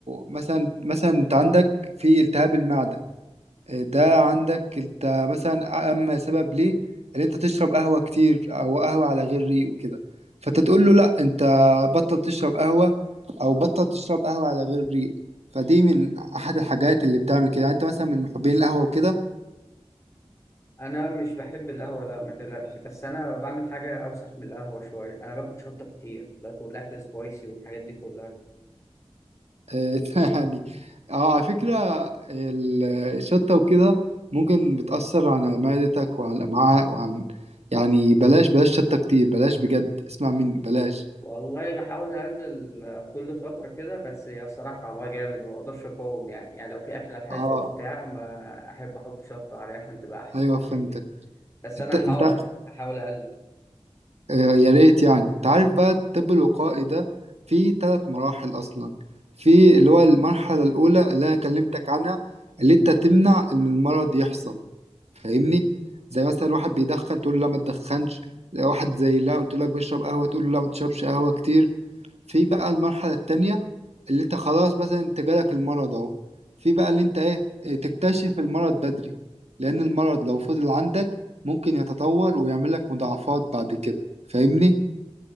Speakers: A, on the right; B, on the left.
A: مثلا مثلا انت عندك في التهاب المعدة ده عندك انت مثلا اما سبب ليه ان انت تشرب قهوة كتير او قهوة على غير ريق وكده فانت تقول له لا انت بطل تشرب قهوة او بطل تشرب قهوة على غير ريق فدي من احد الحاجات اللي بتعمل كده يعني انت مثلا من محبين القهوة وكده
B: انا مش بحب القهوه لا ما تقلقش بس انا بعمل حاجه اوسخ من القهوه شويه انا باكل شطه كتير باكل اكل سبايسي والحاجات دي كلها
A: آه، <laughs> يعني اه على فكرة ال- الشطة وكده ممكن بتأثر على معدتك وعلى الأمعاء وعن يعني بلاش بلاش شطة كتير بلاش بجد اسمع مني بلاش
B: والله بحاول اقلل كل فتره كده بس هي الصراحه طعمها جامد وما اقدرش اقاوم يعني يعني لو في اكله حلوه
A: اه
B: وبتاع ما احب احط شطه عليها عشان تبقى احلى
A: ايوه فهمتك
B: فاهمني بس
A: انت
B: انا
A: انت
B: حاضر هحاول اقلل
A: آه، يا ريت يعني انت عارف بقى الطب الوقائي ده فيه ثلاث مراحل اصلا في اللي هو المرحله الاولى اللي انا كلمتك عنها اللي انت تمنع ان المرض يحصل فاهمني زي مثلا واحد بيدخن تقول له لا ما تدخنش واحد زي لا قلت لك بيشرب قهوه تقول له لا ما تشربش قهوه كتير في بقى المرحله التانية اللي انت خلاص مثلا انت جالك المرض اهو في بقى اللي انت ايه اه، تكتشف المرض بدري لان المرض لو فضل عندك ممكن يتطور ويعمل لك مضاعفات بعد كده فاهمني